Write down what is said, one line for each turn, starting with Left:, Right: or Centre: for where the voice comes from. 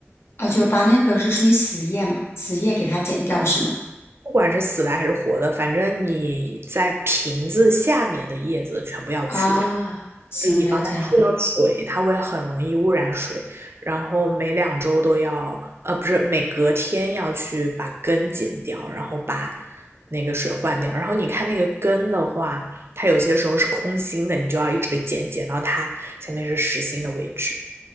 Left: 啊，就把那个是属于死叶嘛，死叶给它剪掉是吗？
Right: 不管是死的还是活的，反正你在瓶子下面的叶子全部要去掉，
Left: 啊，行，
Right: 就以防它触到水，
Left: 了解了。
Right: 它会很容易污染水。然后每两周都要，呃，不是每隔天要去把根剪掉，然后把那个水换掉。然后你看那个根的话，它有些时候是空心的，你就要一直剪，剪到它下面是实心的位置。